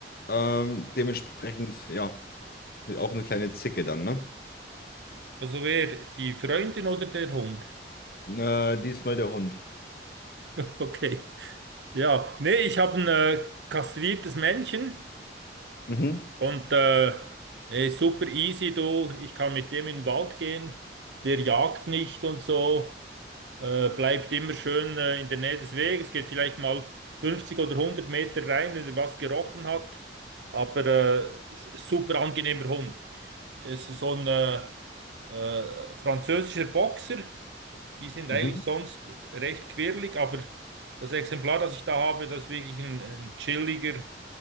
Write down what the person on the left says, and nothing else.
Ähm, dementsprechend, ja, auch eine kleine Zicke dann, ne?
Äh, diesmal der Hund.
Mhm,
mhm.